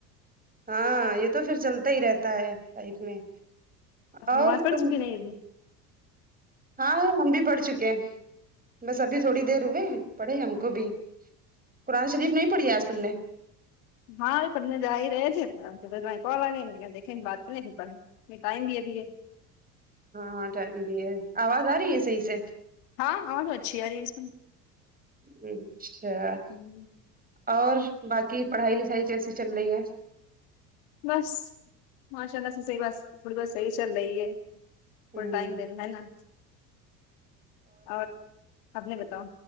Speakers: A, on the right (about 20°); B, on the left (about 65°).
A: ہاں یہ تو پھر چلتا ہی رہتا ہے لائف میں اور
B: نماز پڑھ
A: تم
B: چکی نہیں ابھی
A: ہاں ہم بھی پڑھ چکے ہیں بس ابھی تھوڑی دیر ہوئے ہیں پڑے ہم کو بھی قرآن شریف نہیں پڑھی آج تم نے
B: ہاں یہ پڑھنے جا ہی رہے تھے پر کوال دیکھے بات کر نہیں پڑ ہے مٹائم دیا دیھیے
A: ہاں ٹائم بھی ہے آواز آ رہی ہے صحیح سے
B: ہاں آواز اچھی یاری اس
A: اچھا
B: ہوں،
A: اور باقی پڑھائی لکھائی کیسی چل رہی ہے
B: بس ماشاء اللہ سے صحیح بس تھوڑی بہت صحیح چل رہی ہے فل
A: ہوں
B: ڈائم دینا ہے نا اور آپ نے بتاؤ